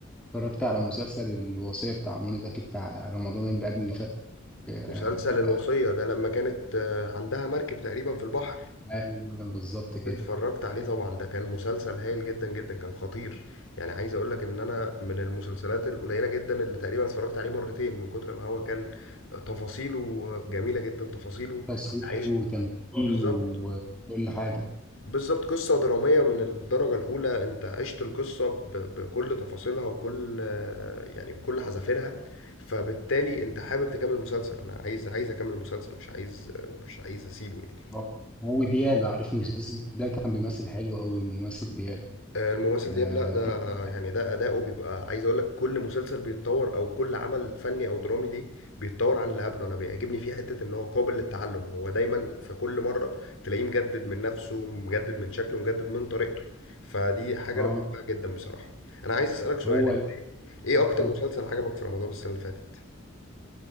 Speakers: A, in the centre; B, on the left.
A: اتفرجت على مسلسل الوصية بتاع منى زكي بتاع رمضان اللي قبل اللي فات آه،
B: مسلسل الوصيه ده لما كانت آه، عندها مركب تقريبا في البحر
A: ايوه بالظبط كده
B: اتفرجت عليه طبعا ده كان مسلسل هايل جدا جدا كان خطير يعني عايز اقول لك ان انا من المسلسلات القليله جدا اللي تقريبا اتفرجت عليه مرتين من كتر ما هو كان تفاصيله جميله جدا تفاصيله
A: تصوير
B: عايش
A: وتمثيل
B: بالظبط
A: و- وكل حاجه
B: بالظبط قصة درامية من الدرجة الأولى أنت عشت القصة ب- بكل تفاصيلها وكل يعني بكل حذافيرها فبالتالي أنت حابب تكمل المسلسل أنا عايز عايز أكمل المسلسل مش عايز مش عايز أسيبه يعني
A: آه. هو دياب عارف المسلسل ده كان بيمثل حلو قوي ممثل دياب
B: آه، الممثل
A: اه,
B: دياب لا ده
A: كان-
B: يعني ده أداؤه بيبقى عايز أقول لك كل مسلسل بيتطور أو كل عمل فني أو درامي ليه بيتطور عن اللي قبله أنا بيعجبني فيه حتة إن هو قابل للتعلم هو دايما في كل مرة تلاقيه مجدد من نفسه مجدد من شكله مجدد من طريقته فدي حاجة
A: آه
B: أنا بحبها جدا بصراحة أنا عايز أسألك سؤال
A: هو
B: إنت
A: ال-
B: إيه أكتر
A: اتفضل
B: مسلسل عجبك في رمضان السنة اللي فاتت؟